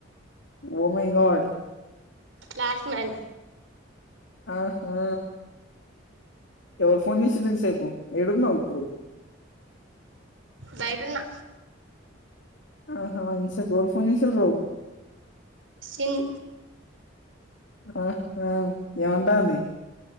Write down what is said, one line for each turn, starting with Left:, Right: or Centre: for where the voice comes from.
Left: oh my god
Right: flash man
Left: ఆహా ఎవుడు ఫోన్ చేసిండిన్సేపు ఏడున్నావ్ ఇప్పుడు
Right: బైటున్నా
Left: ఆహా ఇన్సేపు ఎవులు ఫోన్ చేసిల్రు
Right: సిన్
Left: ఆహ్ ఆ ఏమంటాంది